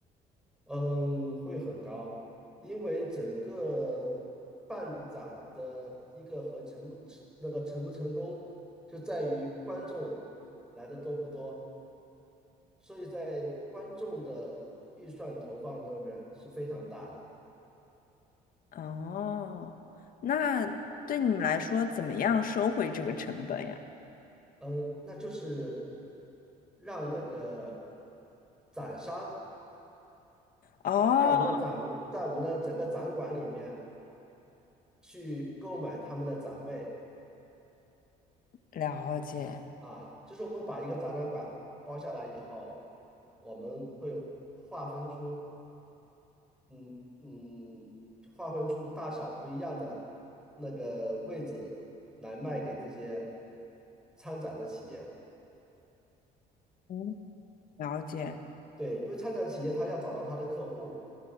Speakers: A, in the centre; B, on the left.
A: 嗯，会很高，因为整个办展的一个和成不那个成不成功，就在于观众来的多不多，所以在观众的预算投放上面是非常大的。
B: 哦，那对你们来说，怎么样收回这个成本呀？
A: 嗯，那就是让那个展商
B: 哦，
A: 在我们的展，在我们的整个展馆里面去购买他们的展位
B: 了解，
A: 啊，就是我们把一个展览馆包下来以后，我们会划分出，嗯嗯，划分出大小不一样的那个位置来卖给这些参展的企业。
B: 嗯，了解，
A: 对，因为参展企业他要找到他的客户，